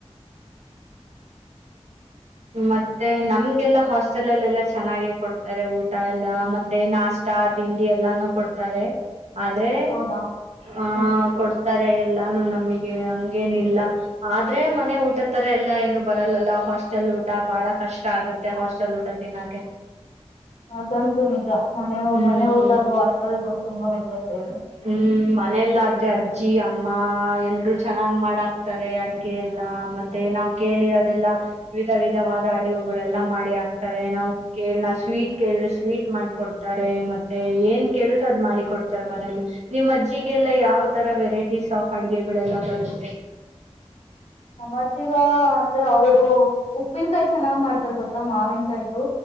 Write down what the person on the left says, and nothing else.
<inaudible>
ಹೌದಾ
ಹ್ಮ್
ಅದಂತು ನಿಜ ಮನೆ
ಮನೆ ಊಟಾಗು ಹಾಷ್ಟೆಲ್ದಾಗ್ ತುಂಬಾ ವ್ಯತ್ಯಾಸ ಇದೆ.
ನಮ್ಮಾಜಿಗ ಅಂದ್ರೆ ಅವ್ರು ಉಪ್ಪಿನಕಾಯಿ ಚೆನ್ನಾಗ್ ಮಾಡ್ತಾರ ಗೊತ್ತಾ ಮಾವಿನ್ಕಾಯ್ದು.